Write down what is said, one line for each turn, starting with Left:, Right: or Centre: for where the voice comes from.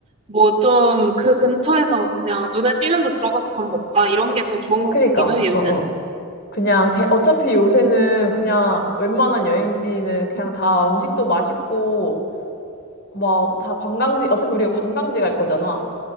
Right: 뭐 좀 그 근처에서 그냥 눈에 띄는 데 들어가서 밥 먹자, 이런 게 더 좋은 것
Left: 그니까,
Right: 같기도 해, 요새는.
Left: 응, 응. 그냥 대, 어차피 요새는 그냥 웬만한 여행지는 그냥 다 음식도 맛있고 막 다 관광지, 어차피 우리가 관광지 갈 거잖아.